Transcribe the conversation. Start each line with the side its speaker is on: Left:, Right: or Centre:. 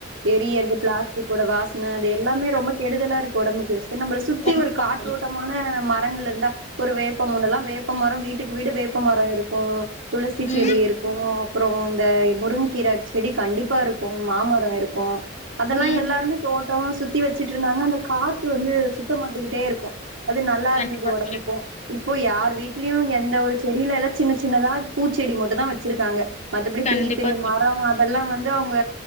Right: எரியறது பிளாஸ்டிக்கோட வாசன அது எல்லாமே ரொம்ப கெடுதலா இருக்கு உடம்புக்கு நம்மள சுத்தி
Left: கண்டிப்பா
Right: ஒரு காற்றோட்டமான
Left: தோழி
Right: மரங்கள் இருந்தா ஒரு வேப்பம் முன்னல்லா வேப்ப மரோ வீட்டுக்கு வீடு வேப்பமரோ இருக்கோ துளசி செடி
Left: ம்
Right: இருக்கோ அப்புற இந்த முருங்க்கீர செடி கண்டிப்பா இருக்கோ மாமர இருக் அதெல்லா
Left: ம்
Right: எல்லாருமே தோட்டம் சுத்தி வச்சுட்டு இருந்தாங்க அந்த காத்து வந்து சுத்த மாட்டிக்கிட்டு டே இருக்கும் அது நல்லா
Left: கண்டிப்பா
Right: இருந்தது உடம்புக்கு
Left: தோழி
Right: இப்போ யார் வீட்லயு எந்த ஒரு செடில எல்லா சின்ன சின்னதா பூச்சடி மட்டு தா வச்சிருக்காங்க மத்தபடி
Left: கண்டிப்பா
Right: பெரிய பெரிய
Left: தோழி
Right: மரம் எல்லா வந்து அவங்க